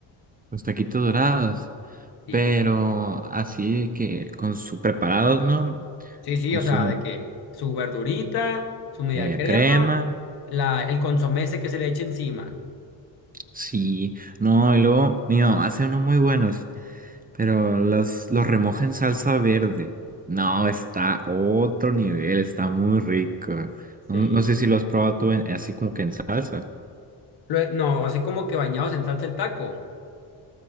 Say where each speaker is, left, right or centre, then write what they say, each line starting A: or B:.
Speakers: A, on the right; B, on the left.
A: Los taquitos dorados,
B: Sí,
A: pero así que con su preparados, ¿no?
B: sí, sí,
A: con
B: o
A: su
B: sea,
A: me-
B: de que su verdurita, su media
A: media
B: crema,
A: crema.
B: la, el consomé ese que se le echa encima.
A: Sí, no, y luego mi mamá hace unos muy buenos. Pero los, los remoja en salsa verde. No, está otro nivel, está muy rico. No,
B: Sí.
A: no sé si lo has probado tú en- así como que en salsa.
B: Lue- No, así como que bañados en salsa el taco.